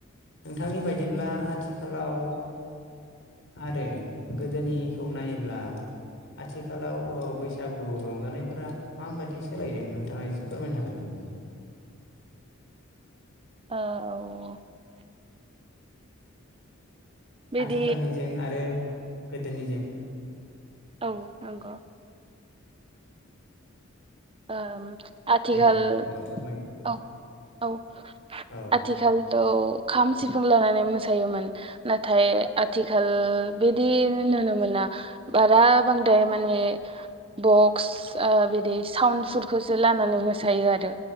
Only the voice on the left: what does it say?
नोंथांनि बायदिब्ला आथिखालाव आरो गोदोनिखौ नायोब्ला आथिखालाव बैसागु रंजानायफोरा माबाददि सोलायदों नोंथाङा एसे फोरमायनो हागोन नामा? <inaudible>
आथिखालनिजों आरो गोदोनिजों
दे होमबा फोरमायदो
औ